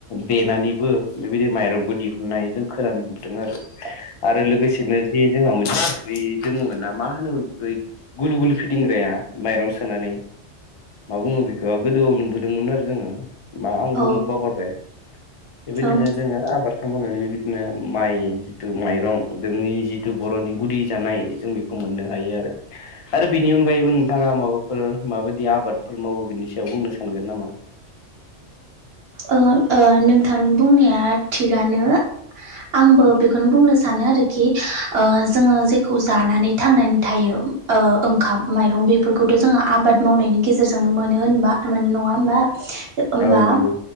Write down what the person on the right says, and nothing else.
<unintelligible>
औ
ओ
<inaudible>
ओ ओ नोंथांनि बुंनाया थिगानो। आंबो बेखौनो बुंनो सानो आरोखि ओ जोङो जेखौ जानानै थांनानै थायो। ओ ओंखाम माइरं बेफोरखौथ' जोङो आबाद मावनायनि गेजेरजोंनो मोनो होनबा मोन नङा होमबा? ओमबा